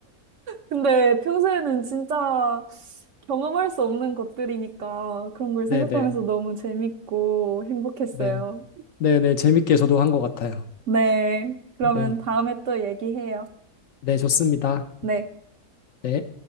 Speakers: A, on the right; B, on the left.
A: 근데 평소에는 진짜 경험할 수 없는 것들이니까 그런 걸 생각하면서
B: 네, 네,
A: 너무 재밌고 행복했어요.
B: 네. 네, 네. 재밌게 저도 한 것 같아요.
A: 네. 그러면
B: 네,
A: 다음에 또 얘기해요.
B: 네, 좋습니다.
A: 네.
B: 네.